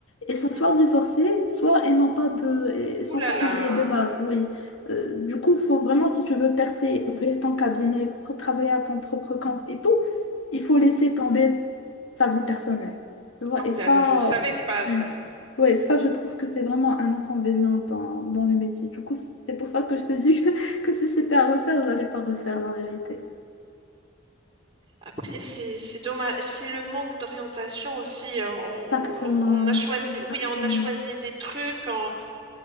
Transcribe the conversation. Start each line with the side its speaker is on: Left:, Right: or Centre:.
Left: elles
Right: Mhm.
Left: sont soit divorcées, soit elles n'ont pas de, elles sont
Right: Ouh là
Left: pas
Right: là.
Left: mariées de base, oui. Euh, du coup, il faut vraiment, si tu veux percer, ouvrir ton cabinet, pr- travailler à ton propre compte et tout, il faut laisser tomber sa vie personnelle. Tu vois,
Right: Ah, Ouh
Left: et ça,
Right: là là, je savais pas ça.
Left: euh, ouais. Ouais, ça, je trouve que c'est vraiment un inconvénient dans, dans le métier. Du coup, c'est pour ça que je te dis que, <laughs> que si c'était à refaire, j'allais pas refaire la vérité.
Right: Après, c'est c'est dommage, c'est le manque d'orientation aussi. hein. On,
Left: Exactement,
Right: on- on a choisi,
Left: exactement.
Right: oui, on a choisi des trucs. en-